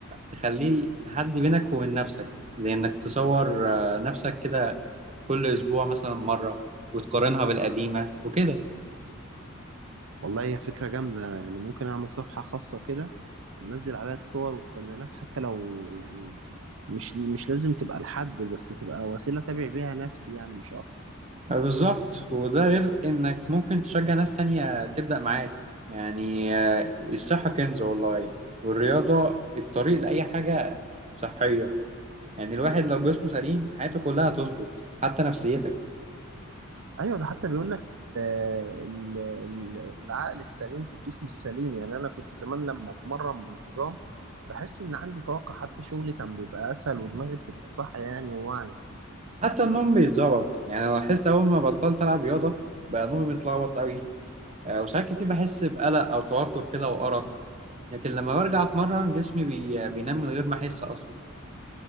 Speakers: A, on the right; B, on the right.
A: تخليه حد بينك وبين نفسك زي إنك تصور آه، نفسك كده كل اسبوع مثلا مره وتقارنها بالقديمه وكده
B: والله هي فكرة جامدة يعني ممكن أعمل صفحة خاصة كده وأنزل عليها الصور والتمرينات حتى لو يعني مش مش لازم تبقى لحد بس تبقى وسيلة أتابع بيها نفسي يعني مش أكتر
A: بالظبط وده غير انك ممكن تشجع ناس تانية تبدأ معاك يعني آه، الصحة كنز والله والرياضة الطريق لأي حاجة صحية يعني الواحد لو جسمه سليم حياته كلها هتظبط حتى نفسيتك
B: أيوة ده حتى بيقول لك آه، ال- ال- العقل السليم في الجسم السليم يعني أنا كنت زمان لما أتمرن بانتظام بحس إن عندي طاقة حتى شغلي كان بيبقى أسهل ودماغي بتبقى صح يعني وواعية
A: حتى النوم بيتظبط يعني انا بحس اول ما بطلت العب رياضة بقى نومي متلخبط قوي آه، وساعات كتير بحس بقلق او توتر كده وارق لكن لما برجع اتمرن جسمي بي... بينام من غير ما احس اصلا